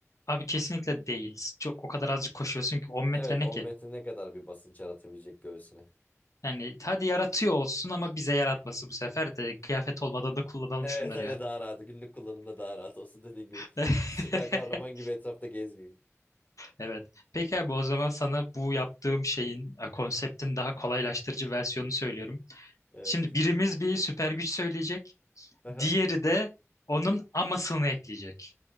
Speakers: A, on the left; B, on the left.
A: Abi kesinlikle değil. Çok o kadar azıcık koşuyorsun ki 10 metre
B: Evet
A: ne
B: 10
A: ki?
B: metre ne kadar bir basınç yaratabilecek göğsüne?
A: Yani hadi yaratıyor olsun ama bize yaratması bu sefer de kıyafet olmadan da kullanalım
B: Evet
A: şunları
B: hani
A: ya.
B: daha rahat. Günlük kullanımda daha rahat olsun dediğin gibi.
A: <laughs>
B: Süper kahraman gibi etrafta gezmeyeyim.
A: Evet. Peki abi o zaman sana bu yaptığım şeyin e, konseptin daha kolaylaştırıcı versiyonunu söylüyorum.
B: Evet.
A: Şimdi birimiz bir süper güç söyleyecek.
B: <laughs>
A: Diğeri de onun amasını ekleyecek.